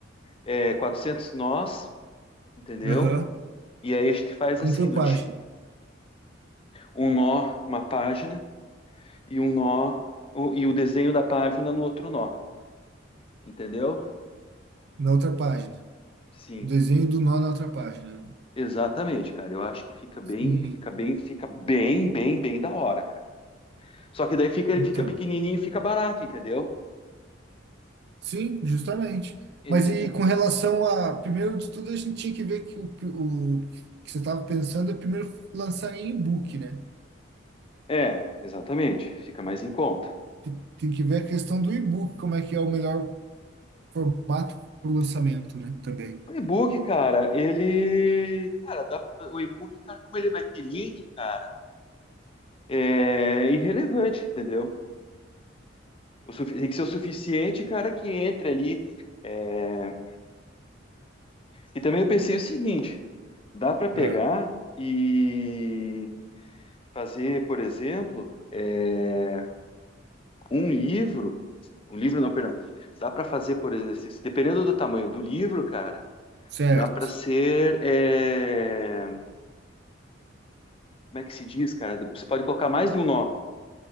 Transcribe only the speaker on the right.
Aham.
Um por
página,
na outra página.
O desenho do nó na outra página. né?
Sim,
então.
Sim, justamente.
Mas
e com relação a, primeiro de tudo, a gente tinha que ver que o, o que você estava pensando é primeiro lançar em e-book, né?
te- Tem que ver a questão do e-book, como é que é o melhor formato para o lançamento, né? Também.
É,
certo.